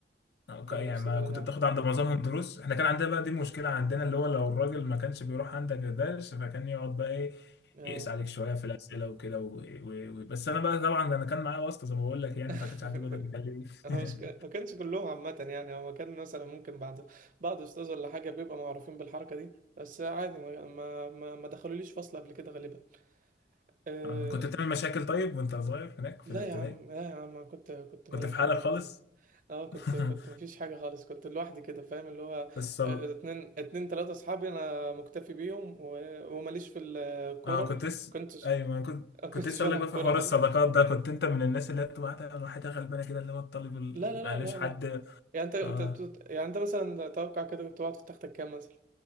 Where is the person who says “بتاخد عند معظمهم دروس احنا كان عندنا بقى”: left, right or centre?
Left